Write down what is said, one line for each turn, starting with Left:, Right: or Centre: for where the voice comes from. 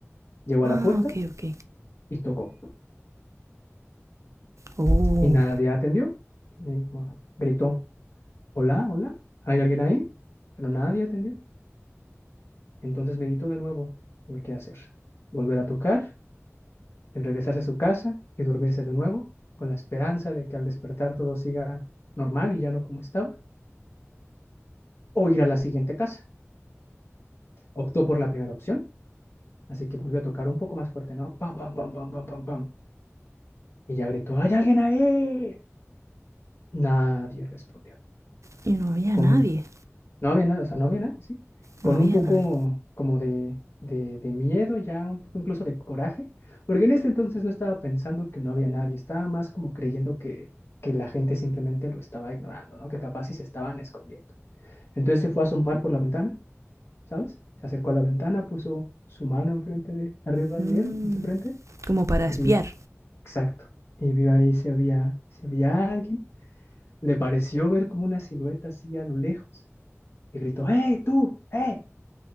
Left: Llegó a
Right: Ah,
Left: la puerta
Right: ok, ok.
Left: y tocó.
Right: Oh,
Left: Y nadie atendió. Y, bueno, gritó, hola, hola, ¿hay alguien ahí? Pero nadie atendió. Entonces meditó de nuevo el qué hacer. Volver a tocar, en regresarse a su casa y dormirse de nuevo, con la esperanza de que al despertar todo siga normal y ya no como estaba, o ir a la siguiente casa. Optó por la primera opción, así que volvió a tocar un poco más fuerte, ¿no? Pam, pam, pam, pam, pam, pam, pam. Y ya gritó, ¿hay alguien ahí? Nadie respondió.
Right: y no había
Left: Con,
Right: nadie,
Left: no había nada, o sea, no había nadie, ¿sí? Con
Right: no había
Left: un poco
Right: nadie.
Left: como de, de, de miedo, ya un poco incluso de coraje, porque en ese entonces no estaba pensando que no había nadie, estaba más como creyendo que, que la gente simplemente lo estaba ignorando, ¿no? Que capaz sí se estaban escondiendo. Entonces se fue a asomar por la ventana, ¿sabes? Se acercó a la ventana, puso su mano enfrente de, arriba
Right: Mm,
Left: de él, en su frente,
Right: como para espiar.
Left: y vio, exacto, y vio ahí si había, si había alguien. Le pareció ver como una silueta así a lo lejos y gritó, ¡Hey, tú! ¡Eh!